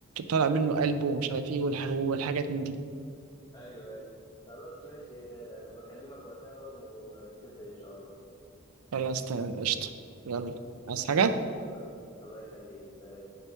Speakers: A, on the right; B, on the left.
A: طالع منه قلبه ومش عارف ايه والح... والحاجات من دي
B: ايوه ايوه خلاص ماشي يا غالي انا بكلمك وقتها بقى ونتفق ان شاء الله
A: خلاص تمام قشطه يلا عايز حاجه؟
B: قشطة يلا الله يخليك سلام